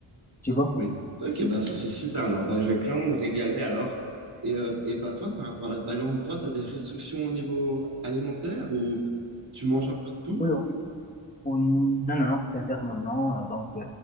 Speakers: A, on the left; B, on the right.
A: tu vois.
B: Oui.
A: Euh,
B: Ok, bah ça c'est super. Alors, bah, je vais clairement me régaler alors. Et, euh, et bah toi, par rapport à la Thaïlande, toi, tu as des restrictions au niveau alimentaire ou tu manges un peu de tout?
A: oui, oui. Hum, Non, non, non, sincèrement, non. Euh, Donc, euh,